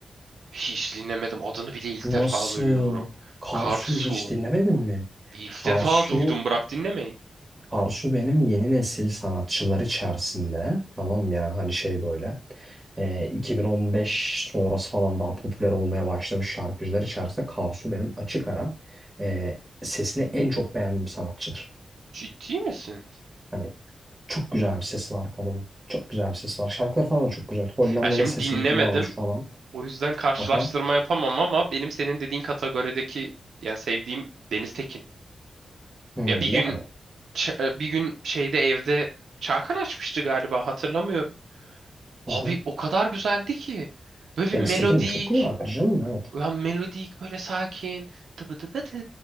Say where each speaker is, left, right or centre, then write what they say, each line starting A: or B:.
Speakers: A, on the right; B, on the right.
A: Hiç dinlemedim. Adını bile ilk
B: Nasıl?
A: defa duyuyorum.
B: Karsu'yu
A: Karsu.
B: hiç dinlemedin mi?
A: İlk
B: Karsu,
A: defa duydum. Bırak dinlemeyi.
B: Karsu benim yeni nesil sanatçılar içerisinde. Tamam ya hani şey böyle. e, 2015 sonrası falan daha popüler olmaya başlamış şarkıcılar içerisinde Karsu benim açık ara e, sesini en çok beğendiğim sanatçıdır.
A: Ciddi misin?
B: Hani çok güzel bir sesi var kadının. Çok güzel bir sesi var. Şarkıları falan da çok güzel. Hollanda'da
A: Ya şimdi
B: ses
A: dinlemedim.
B: eğitimi almış falan.
A: O yüzden karşılaştırma
B: Aha.
A: yapamam ama benim senin dediğin kategorideki ya sevdiğim Deniz Tekin.
B: Hmm,
A: Ya bir gün
B: yani.
A: ç- e, bir gün şeyde evde Çağkan açmıştı galiba hatırlamıyorum.
B: Hı
A: Abi
B: hı.
A: o kadar güzeldi ki. Böyle bir
B: Deniz
A: melodik.
B: Tekin de çok güzel şarkıcı canım. Evet.
A: Ben melodik böyle sakin tıbı tıbı tı